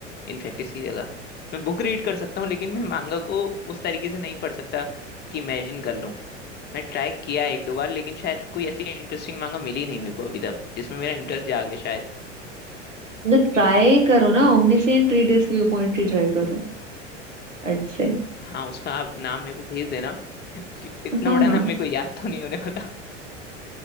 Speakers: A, on the left; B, on the right.
A: इनफैक्ट इसकी जगह मैं बुक रीड कर सकता हूँ लेकिन मैं मांगा को उस तरीके से नहीं पढ़ सकता कि इमेजिन कर लूँ मैं ट्राई किया है एक दो बार लेकिन शायद कोई ऐसी इंटरेस्टिंग मांगा मिली नहीं मेरे को अभी तक जिसमें मेरा इंटरेस्ट जागे शायद
B: तो ट्राई करो ना ओमनीसेंट रीडर्स व्यू पॉइंट ही ट्राई करो अट से
A: हाँ उसका आप नाम मेरे को भेज देना कि इतना
B: हाँ
A: बड़ा
B: हाँ
A: नाम मेरे को याद तो नहीं होने वाला